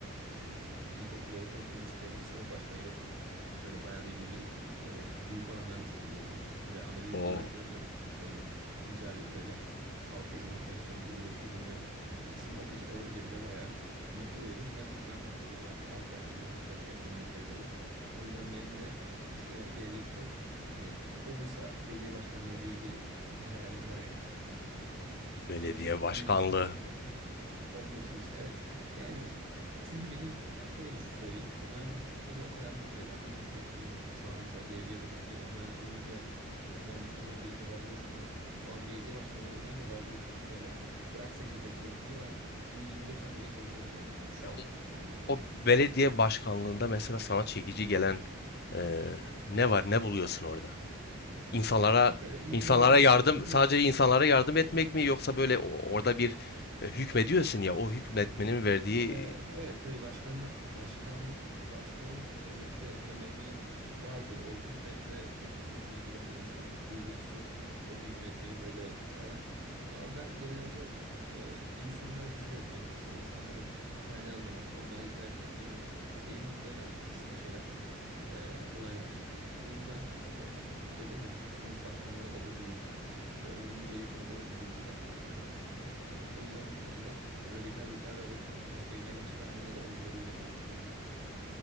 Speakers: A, on the right; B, on the left.
A: E, İlkokul, ortaokul, lisede hep sınıf başkanıydım. Böyle bayağı da yüzdelik e, büyük oranlarla seçiliyordum. Bir de amelilik
B: O
A: olarak görmüyordum. İşte böyle güzel böyle ha- ha- halka hizmet etmek için böyle uğraşıyordum ve hani sınıfa peçete alınca bile bayağı mutlu oluyordum. Hem ben mutlu oluyordum, ar- arkadaşlarımı mutlu etmek beni mutlu ediyordu. O yüzden benim de işte gelecekte hani olursa belediye başkanlığı gibi bir hayalim var yani.
B: belediye
A: Gelecek
B: başkanlığı.
A: 10 yıl için değil belki 15 yıl içinde evet. Yani çünkü beni yani şöyle düşün söyleyeyim. Mühendislik beni o kadar mutlu eden bir meslek değil. Şu an mesela geleceğe bakınca ben mühendis olunca mühendis olurum deyince havalara uçmuyorum. Ama belediye başkanı olurum deyince havalara uçuyorum. Böyle bırak 8-5 çalışmayı ben günün 24 saati bile çalışırım diyorum yani şu
B: Ve
A: an
B: o,
A: kendime.
B: o belediye başkanlığında mesela sana çekici gelen e, ne var? Ne buluyorsun orada? İnsanlara
A: Bir kere insanlara
B: insanlara yardım
A: hizmet
B: sadece insanlara yardım etmek mi yoksa böyle o- orada bir e, hükmediyorsun ya o hükmetmenin verdiği
A: Ee, Evet tabii başkanlık başkanlık vasfının elbette önemi vardır. O hükmetme konusu tabii ki zaten insan duygusu o hükmetmeyi böyle sever. Ama ben genelde e, insanlara hizmet etmek, işte insanların halini anlamak, onlara hizmet etmek benim beni mutlu eden aslında şeyler, e, olaylar. O yüzden e, dedim ya sınıf başkanlığında da o duyguyu tatmıştım ve ömrümün geri kalanında da bu duyguyu tatmak istiyorum aslında. O yüzden bu şekilde e, radikal bir karar alıp e, belediye başkanlığına da oynayabilirim yani gelecekte.